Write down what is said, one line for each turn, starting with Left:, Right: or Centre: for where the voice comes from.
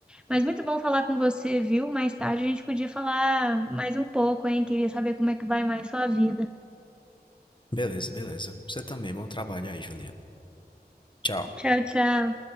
Centre: Mas muito bom falar com você, viu? Mais tarde a gente podia falar mais mais um pouco hein queria saber como é que vai mais sua vida
Left: Beleza, beleza, você também, bom trabalho aí, Juliana, tchau.
Centre: tchau tchau